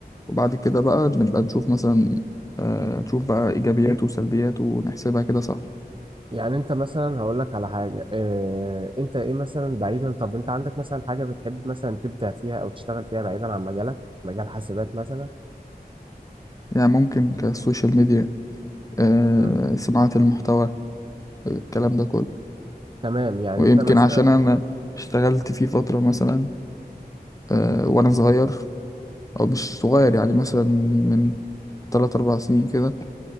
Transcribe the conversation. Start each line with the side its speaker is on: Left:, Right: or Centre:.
Left: وبعد كده بقى نبقى نشوف مثلا آه نشوف بقى ايجابياته وسلبياته ونحسبها كده صح
Right: يعني انت مثلا هقول لك على حاجه اه انت ايه مثلا بعيدا طب انت عندك مثلا حاجه بتحب مثلا تبدع فيها او تشتغل فيها بعيدا عن مجالك مجال حاسبات مثلا
Left: يعني ممكن كالسوشيال ميديا آه
Right: امم
Left: صناعه المحتوى الكلام ده كله
Right: تمام يعني
Left: ويمكن
Right: انت مثلا
Left: عشان انا اشتغلت فيه فتره مثلا آه وانا صغير او مش صغير يعني مثلا من 3 4 سنين كده